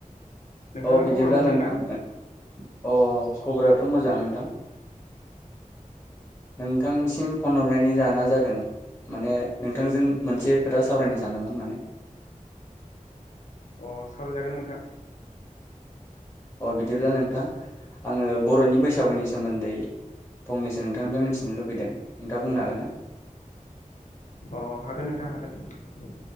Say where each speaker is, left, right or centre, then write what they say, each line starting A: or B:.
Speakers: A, on the left; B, on the left.
A: नोंथांना
B: अह बिदिब्ला
A: खबरा मोजां
B: नोंथां
A: ना
B: अह खबरा थ' मोजां नोंथां। नोंथांनिसिम
A: अ
B: फन हरनायनि जोहोना जा दों माने नोंथांजों मोनसे खोथा सावरायनो सानदोंमोन माने।
A: अह सावराय जागोन नोंथां।
B: अह बिदिब्ला नोंथां आङो बर'नि बैसागुनि सोमोन्दै फंनैसो नोंथांनिफ्राय मिथिनो लुबैदों नोंथाङा बुंनो हागोन ना?
A: अह हागोन नोंथां हागोन।